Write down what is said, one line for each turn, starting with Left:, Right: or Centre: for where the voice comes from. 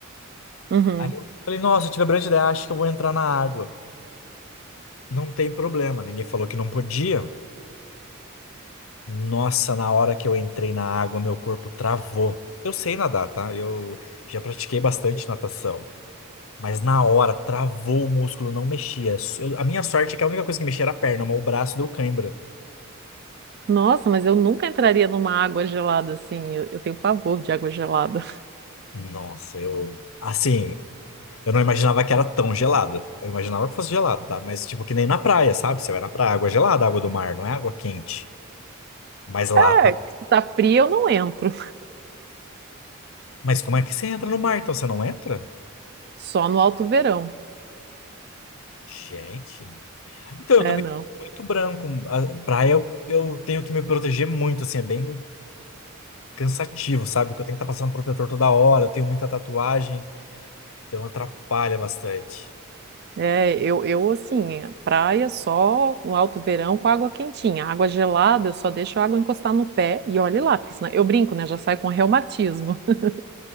Right: Uhum.
Left: Aí eu falei, nossa, eu tive a brilhante ideia, acho que eu vou entrar na água. Não tem problema, ninguém falou que não podia. Nossa, na hora que eu entrei na água, meu corpo travou. Eu sei nadar, tá? Eu já pratiquei bastante natação. Mas na hora, travou o músculo, não mexia. Eu- a minha sorte é que a única coisa que mexia era a perna, mas o braço deu cãibra.
Right: Nossa, mas eu nunca entraria numa água gelada assim. Eu, eu tenho pavor de água gelada. <laughs>
Left: Nossa, eu. Assim, Eu não imaginava que era tão gelada. Eu imaginava que fosse gelada, tá? Mas, tipo, que nem na praia, sabe? Você vai na praia, água é gelada, água do mar, não é água quente. Mas lá
Right: É,
Left: tá.
Right: Tá fria, eu não entro.
Left: Mas como é que você entra no mar, então? Você não entra?
Right: Só no alto verão.
Left: Gente. Então, eu
Right: É,
Left: também
Right: não.
Left: sou muito branco. A praia, eu, eu tenho que me proteger muito, assim, é bem cansativo, sabe? Porque eu tenho que estar passando protetor toda hora, eu tenho muita tatuagem, então atrapalha bastante.
Right: É, eu, eu assim, é praia só no alto verão com água quentinha. Água gelada, eu só deixo a água encostar no pé e olhe lá, porque senão eu brinco, né? Já saio com reumatismo. <laughs>